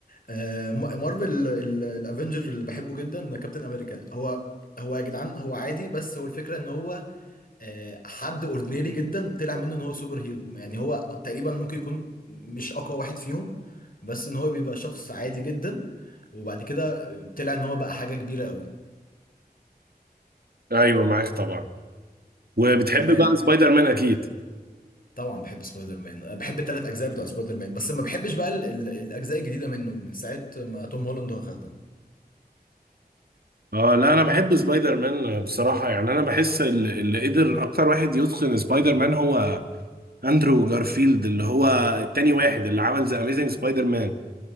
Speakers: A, on the left (about 60°); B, on the right (about 70°).
A: آه م- مارفل الافنجر اللي بحبه جدا كابتن امريكا هو هو يا جدعان هو عادي بس هو الفكره ان هو آه حد اوردينري جدا طلع منه ان هو سوبر هيرو يعني هو تقريبا ممكن يكون مش اقوى واحد فيهم بس ان هو بيبقى شخص عادي جدا وبعد كده طلع ان هو بقى حاجه كبيره قوي
B: ايوه معاك طبعا وبتحب
A: تمام
B: بقى سبايدر مان اكيد
A: طبعا بحب سبايدر مان أه، بحب الثلاث اجزاء بتوع سبايدر مان بس ما بحبش بقى ال- ال- الاجزاء الجديده منه من ساعه ما توم هولاند واخدها
B: اه لا انا بحب سبايدر مان بصراحه يعني انا بحس ال- اللي قدر اكتر واحد يتقن سبايدر مان هو اندرو جارفيلد اللي هو التاني واحد اللي عمل ذا اميزنج
A: <laughs>
B: سبايدر مان